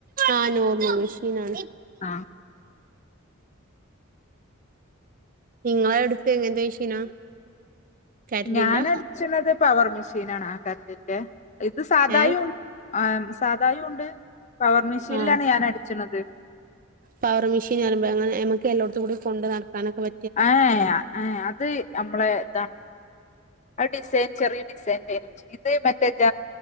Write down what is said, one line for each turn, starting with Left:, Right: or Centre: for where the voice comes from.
Right: ആഹ് നോർമൽ മെഷീനാണ്
Left: ആ
Right: നിങ്ങളടുത്ത് എങ്ങനത്ത മെഷീനാ കരണ്ടിന്റെ
Left: ഞാനടിച്ചിന്നത് പവർ മെഷീനാണ് ആഹ് കറണ്ടിന്റെ ഇത് സാധായും
Right: ഏ
Left: ഉ ആഹ് സാധായും ഉണ്ട് പവർ മെഷീനിലാണ്
Right: ആ
Left: ഞാൻ അടിച്ചുന്നത്
Right: പവർ മെഷീൻന്ന് പറയുമ്പൊ എങ്ങനെ നമുക്കെല്ലോടത്തുംകൂടി കൊണ്ട് നടക്കാനൊക്കെ പ
Left: ഏഹ് അഹ് ആഹ് അത് നമ്മളേ ഇതാണ് അത് ഡിസൈൻ ചെറിയ ഡിസൈൻ <unintelligible> ഇത് മറ്റേ